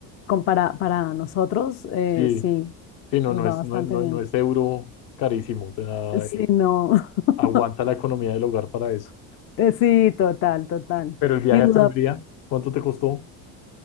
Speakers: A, on the left (about 30°); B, on the left (about 60°).
A: con- para, para nosotros, eh,
B: sí,
A: sí,
B: sí, no,
A: nos
B: no
A: va
B: es,
A: bastante
B: no, es- no,
A: bien.
B: no es euro carísimo, o sea,
A: Sí,
B: eh,
A: no. <laughs>
B: aguanta la economía del hogar para eso.
A: Eh, Sí, total, total.
B: Pero el viaje
A: Y Budapest.
B: hasta Hungría, ¿cuánto te costó?